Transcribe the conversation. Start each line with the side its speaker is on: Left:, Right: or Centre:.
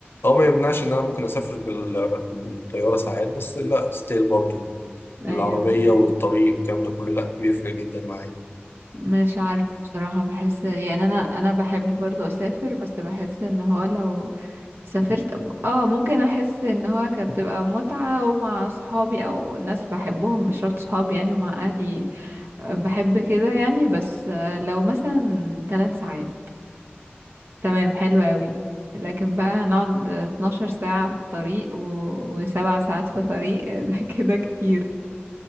Left: هو ما يمنعش ان انا ممكن اسافر بال... بالطياره ساعات بس لا ستيل برضو
Right: ايوه
Left: العربيه والطريق والكلام ده كله لا بيفرق جدا معايا
Right: مش عارفة بصراحة بحس يعني انا انا بحب برضو اسافر بس بحس ان هو لو سافرت اه ممكن احس ان هو كانت بتبقى متعة ومع صحابي او ناس بحبهم مش شرط صحابي يعني ومع اهلي آه، بحب كده يعني بس آه، لو مثلا ثلاث ساعات تمام حلو قوي لكن بقى هنقعد 12 ساعة في طريق و... وسبع ساعات في طريق <laughs> ده كده كتير